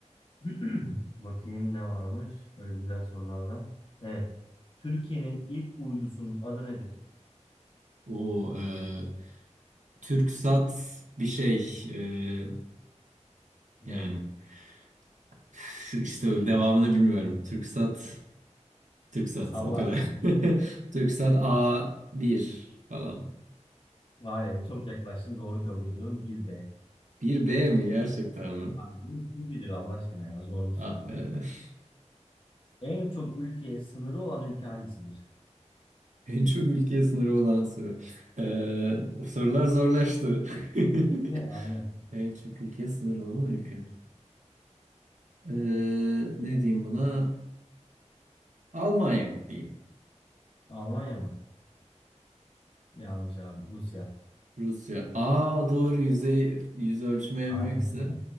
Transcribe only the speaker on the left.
<clears throat> Bakayım ne varmış böyle güzel sorulardan. Evet. Türkiye'nin ilk uydusunun adı nedir?
Ney?
Salla.
Var ya çok yaklaştın doğru kabul ediyorum. Bir b
Abi bunu kim bilir Allah aşkına ya zor bir soru
bu.
En çok ülkeye sınırı olan ülke hangisidir?
<laughs> Aynen.
Almanya mı? Yanlış abi. Rusya.
Aynen.